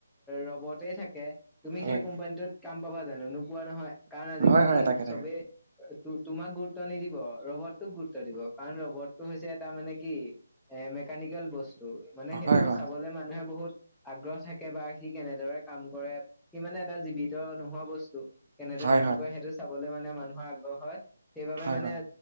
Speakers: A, in the centre; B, on the right.
A: ৰবটেই থাকে তুমি
B: হয়
A: সেই কোম্পানীটোত কাম পাবা জানো নোপোৱা নহয় কাৰণ আজিকালি
B: হয় হয় তাকে তাকে
A: চবেই তোমাক গুৰুত্ব নিদিব ৰবটটোক গুৰুত্ব দিব কাৰণ ৰবটটো হৈছে এটা মানে কি এ মেকানিকেল বস্তু মানে সেইটো
B: হয় হয়
A: চাবলে মানুহে বহুত আগ্ৰহ থাকে বা সি কেনেদৰে কাম কৰে সি মানে এটা জীৱিত নোহোৱা বস্তু কেনেদৰে
B: হয়
A: কাম
B: হয়
A: কৰে সেইটো চাবলে মানে মানুহৰ আগ্ৰহ হয় সেইবাবে
B: হয়
A: মানে,
B: হয়